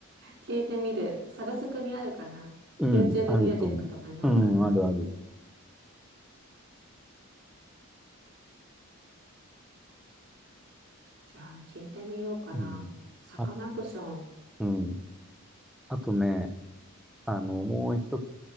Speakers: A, on the right; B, in the centre.
A: 聞いてみる。サブスクにあるかな
B: うん、
A: ?YouTube
B: あると思う。
A: ミュージックとかにあるかな
B: うん、あるある。
A: じゃあ、聞いてみようかな。
B: うん。
A: サカナクション。
B: あ、うん。あとね、あの、もう一つ